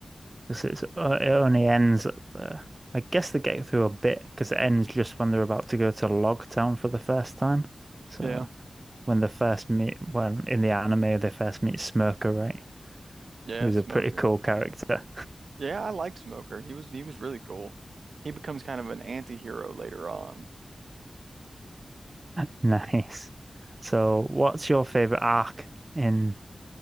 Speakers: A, on the right; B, on the right.
A: Because it's uh, it only ends at the. I guess they get through a bit because it ends just when they're about to go to Log Town for the first time. So
B: Yeah.
A: when they first meet, when in the anime they first meet Smoker, right?
B: Yeah.
A: Who's
B: Smoker.
A: a pretty cool character.
B: Yeah. I liked Smoker. He was, he was really cool. He becomes kind of an anti-hero later on.
A: <laughs> Nice. So what's your favorite arc in